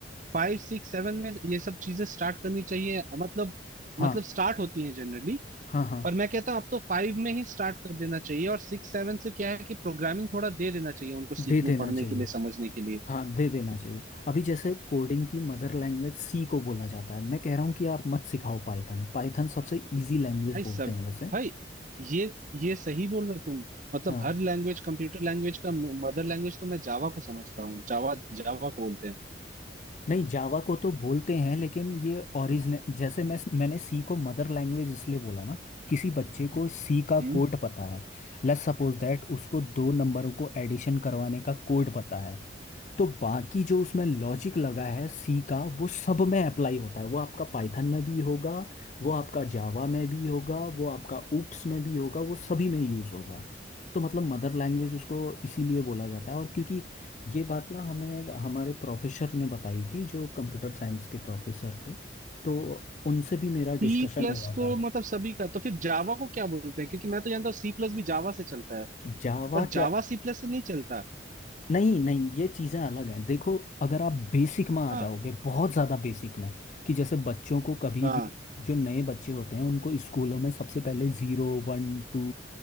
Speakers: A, on the right (about 40°); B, on the left (about 40°).
A: फाइव सिक्स सेवन में ये सब चीजें स्टार्ट करनी चाहिए मतलब
B: हाँ
A: मतलब स्टार्ट होती हैं जनरली
B: हाँ हाँ
A: पर मैं कहता हूँ अब तो फाइव में ही स्टार्ट कर देना चाहिए और सिक्स सेवन से क्या है कि प्रोग्रामिंग थोड़ा दे देना चाहिए उनको सीखने
B: दे देना
A: पढ़ने
B: चाहिए
A: के लिए समझने के लिए
B: हाँ दे देना चाहिए अभी जैसे कोडिंग की मदर लैंग्वेज सी को बोला जाता है मैं कह रहा हूँ कि आप मत सिखाओ पाइथन पाइथन सबसे इजी लैंग्वेज
A: भाई
B: बोलते
A: सब
B: हैं वैसे
A: भाई ये ये सही बोल रहे हो तुम मतलब
B: हाँ
A: हर लैंग्वेज कंप्यूटर लैंग्वेज का मदर लैंग्वेज तो मैं जावा को समझता हूँ जावा जावा को बोलते हैं
B: नहीं जावा को तो बोलते हैं लेकिन ये ओरिजिन जैसे मैं मैंने सी को मदर लैंग्वेज इसलिए बोला ना किसी बच्चे को सी का
A: हम्म
B: कोड पता है लेट्स सपोज दैट उसको दो नंबरों को एडिशन करवाने का कोड पता है तो बाकी जो उसमें लॉजिक लगा है सी का वो सब में अप्लाई होता है वो आपका पाइथन में भी होगा वो आपका जावा में भी होगा वो आपका ऊप्स में भी होगा वो सभी में यूज़ होगा तो मतलब मदर लैंग्वेज उसको इसीलिए बोला जाता है और क्योंकि ये बात ना हमें हमारे प्रोफेसर ने बताई थी जो कंप्यूटर साइंस के प्रोफेसर थे तो उनसे भी मेरा
A: सी
B: डिस्कशन
A: प्लस
B: हुआ
A: को
B: था
A: मतलब सभी का तो फिर जावा को क्या बोलते हैं क्योंकि मैं तो जानता हूँ सी प्लस भी जावा से चलता है
B: जावा
A: पर
B: क्या
A: जावा सी प्लस से नहीं चलता
B: नहीं नहीं ये चीज़ें अलग हैं देखो अगर आप बेसिक में आ
A: हाँ
B: जाओगे बहुत ज़्यादा बेसिक में कि जैसे बच्चों को कभी
A: हाँ
B: भी जो नए बच्चे होते हैं उनको स्कूलों में सबसे पहले zero one two